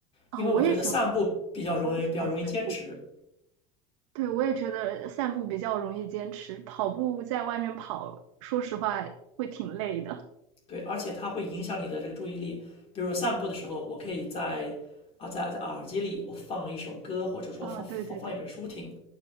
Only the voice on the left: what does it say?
因为我觉得散步比较容易比较容易坚持，
对，而且它会影响你的这个注意力。比如说散步的时候，我可以在啊在在耳机里我放一首歌，或者说放放放一本书听。